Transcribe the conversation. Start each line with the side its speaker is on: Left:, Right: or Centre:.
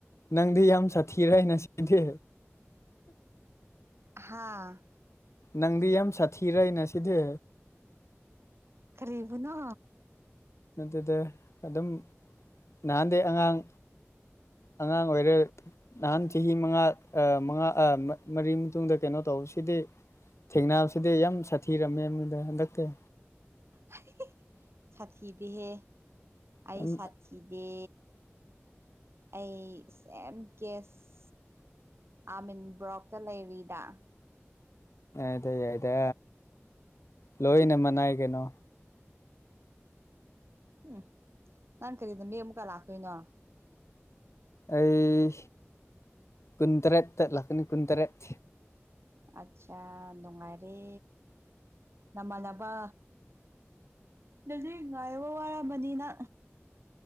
Left: ꯅꯪꯗꯤ ꯌꯥꯝ ꯁꯥꯊꯤꯔꯩꯅ ꯁꯤꯗꯤ
Right: ꯍꯥꯥ
Left: ꯅꯪꯗꯤ ꯌꯥꯝ ꯁꯥꯊꯤꯔꯩꯅ ꯁꯤꯗꯤ
Right: ꯀꯔꯤꯕꯨꯅꯣ
Left: ꯅꯠꯇꯦꯗ ꯑꯗꯨꯝ ꯅꯍꯥꯟꯗꯩ ꯑꯉꯥꯡ ꯑꯉꯥꯡ ꯑꯣꯏꯔꯦ ꯅꯍꯥꯟ ꯆꯍꯤ ꯃꯉꯥ ꯑꯥ ꯃꯉꯥ ꯑꯥ ꯃ ꯃꯔꯤ ꯃꯇꯨꯡꯗ ꯀꯩꯅꯣ ꯇꯧꯔ ꯁꯤꯗꯤ ꯊꯦꯡꯅꯕꯁꯤꯗꯤ ꯌꯥꯝ ꯁꯥꯊꯤꯔꯝꯃꯦꯅꯗ ꯍꯟꯗꯛꯇꯤ
Right: <unintelligible> ꯁꯥꯊꯤꯗꯦꯍꯦ ꯑꯩ
Left: ꯌꯥꯝ
Right: ꯁꯥꯊꯤ ꯀꯤꯗꯦ ꯑꯩ ꯁꯦꯝ ꯀꯦꯁ ꯑꯥꯃꯤꯟ ꯕ꯭ꯔꯣꯛꯇ ꯂꯩꯔꯤꯗ
Left: ꯌꯥꯢꯗ ꯌꯥꯏꯗ ꯂꯣꯏꯅ ꯃꯅꯥꯏ ꯀꯩꯅꯣ
Right: ꯍꯨꯝ ꯅꯪ ꯀꯔꯤꯗ ꯃꯤ ꯑꯃꯨꯛꯀ ꯂꯥꯛꯇꯣꯏꯅꯣ
Left: ꯑꯩ ꯀꯨꯟꯇꯔꯦꯠꯇ ꯂꯥꯛꯀꯅꯤ ꯀꯨꯟꯇꯔꯦꯠ
Right: ꯑꯠꯁꯥ ꯅꯨꯡꯉꯥꯏꯔꯦ ꯅꯃꯥꯟꯅꯕ ꯗꯖꯤꯛ ꯉꯥꯏꯕ ꯋꯥꯔꯔꯕꯅꯤꯅ